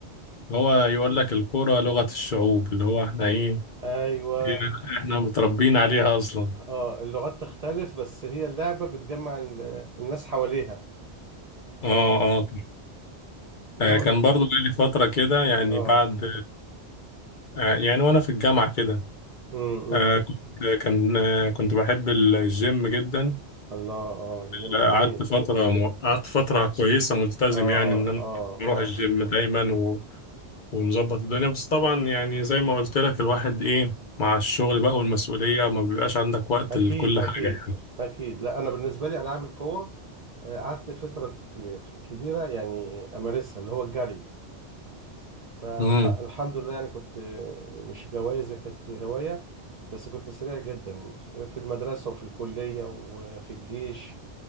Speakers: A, on the left; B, on the right.
A: هو يقول لك الكوره لغه الشعوب اللي هو احنا ايه
B: ايوه
A: إيه، احنا متربيين عليها اصلا
B: اه اللغات تختلف بس هي اللعبة بتجمع ال- الناس حواليها
A: اه
B: اه
A: اه
B: اللي
A: آه،
B: هو
A: كان برضو جالي فتره كده يعني
B: اه
A: بعد آه، يعني وانا في الجامعه كده
B: امم
A: آه كنت كان آه كنت بحب الجيم جدا
B: الله اه جيم
A: آه،
B: جميل
A: قعدت فترة مو- قعدت فترة كويسة ملتزم
B: اه
A: يعني إن أنا
B: اه
A: بروح
B: اه
A: الجيم دايما و... ومظبط الدنيا بس طبعا يعني زي ما قلت لك الواحد إيه مع الشغل بقى والمسؤولية ما بيبقاش عندك وقت
B: اكيد
A: لكل
B: اكيد
A: حاجة يعني
B: اكيد لا انا بالنسبه لي العاب القوه آه، قعدت فتره ك- كبيره يعني امارسها اللي هو الجري فالحمد
A: امم
B: لله يعني كنت آه، مش جوايزي كانت هوايه بس كنت سريع جدا في المدرسه وفي الكليه وفي الجيش